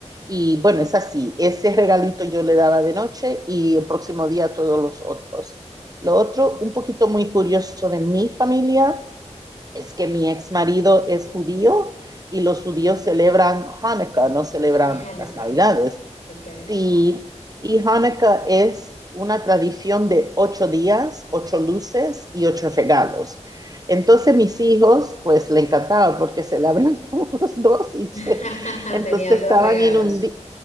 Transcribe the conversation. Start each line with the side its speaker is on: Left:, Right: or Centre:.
Right: Y bueno, es así, ese regalito yo le daba de noche y el próximo día todos los otros. Lo otro, un poquito muy curioso de mi familia, es que mi ex marido es judío y los judíos
Left: okay.
Right: celebran Hanukkah, no celebran
Left: El Hanukkah,
Right: las Navidades.
Left: ok.
Right: Sí, y Hanukkah es una tradición de ocho días, ocho luces y ocho regalos. Entonces mis hijos, pues le encantaba porque celebran <laughs> los dos y se-
Left: <laughs>
Right: entonces
Left: Tenían dos
Right: estaban
Left: regalos.
Right: inundados,